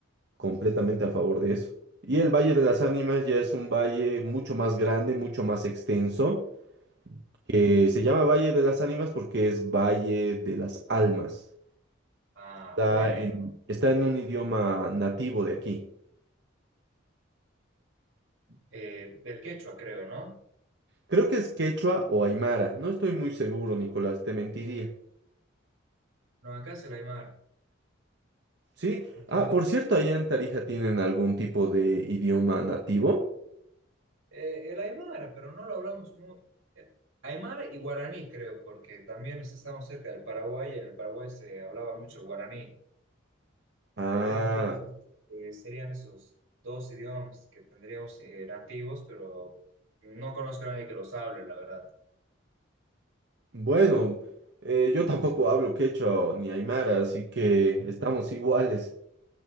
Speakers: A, on the right; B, on the right.
A: completamente a favor de eso. Y el Valle de las Ánimas ya es un valle mucho más grande, mucho más extenso, que se llama Valle de las Ánimas porque es Valle de las Almas.
B: Ah,
A: Está
B: bueno.
A: en, está en un idioma nativo de aquí.
B: Eh, del quechua, creo, ¿no?
A: Creo que es quechua o aymara. No estoy muy seguro, Nicolás, te mentiría.
B: No, acá es el Aymara.
A: ¿Sí?
B: Entonces,
A: Ah, por cierto, allá en Tarija tienen algún tipo de idioma nativo.
B: Eh, el Aymara, pero no lo hablamos muy. eh, Aymara y guaraní, creo, porque también es- estamos cerca del Paraguay y en el Paraguay se hablaba mucho guaraní.
A: Ah,
B: Entonces, eh, serían esos dos idiomas que tendríamos eh, nativos, pero no conozco a nadie que los hable, la verdad.
A: bueno, eh, yo tampoco hablo quechua o ni aymara, así que
B: <laughs>
A: estamos iguales.